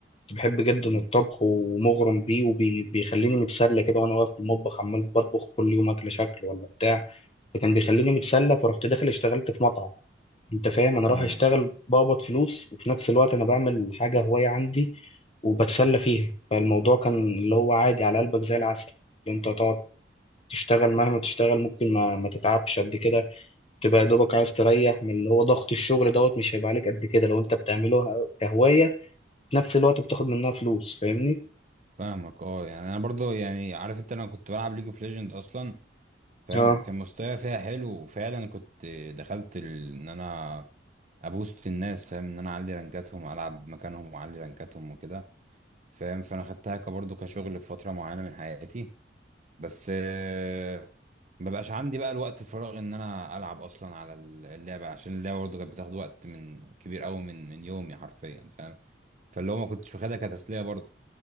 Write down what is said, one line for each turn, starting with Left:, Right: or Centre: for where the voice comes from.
Left: كنت بحب جدا
Right: مم.
Left: الطبخ ومغرم بيه وبيخليني متسلى كده وانا واقف في المطبخ عمال بطبخ كل يوم اكل شكل ولا بتاع فكان بيخليني متسلى فرحت داخل اشتغلت في مطعم انت فاهم انا
Right: امم
Left: رايح اشتغل بقبض فلوس وفي نفس الوقت انا بعمل حاجه هوايه عندي وبتسلى فيها فالموضوع كان اللي هو عادي على قلبك زي العسل اللي انت تقعد تشتغل مهما تشتغل ممكن ما, ما تتعبش قد كده تبقى يا دوبك عايز تريح من اللي هو ضغط الشغل دوت مش هيبقى عليك قد كده لو انت بتعمله كهوايه في نفس الوقت بتاخد منها فلوس فاهمني
Right: فاهمك اه يعني انا برضو يعني عارف انت انا كنت بلعب ليج اوف ليجند اصلا فاهم
Left: اه
Right: وكان مستواي فيها حلو وفعلا كنت دخلت ال- ان انا ابوست الناس فاهم ان انا اعلي رانكاتهم العب مكانهم واعلي رانكاتهم وكده فاهم فانا خدتها كبرضو كشغل في فترة معينة من حياتي بس آه، ما بقاش عندي بقى الوقت الفراغ ان انا العب اصلا على اللعبه عشان اللعبه برضه كانت بتاخد وقت من كبير قوي من من يومي حرفيا فاهم فاللي هو ما كنتش واخدها كتسليه برضه